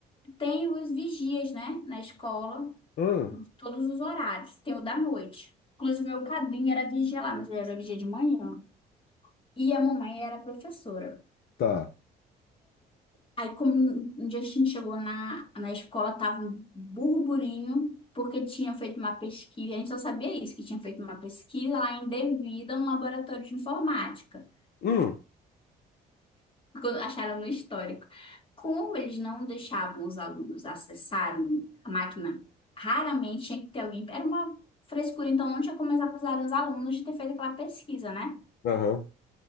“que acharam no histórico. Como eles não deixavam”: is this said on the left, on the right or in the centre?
Left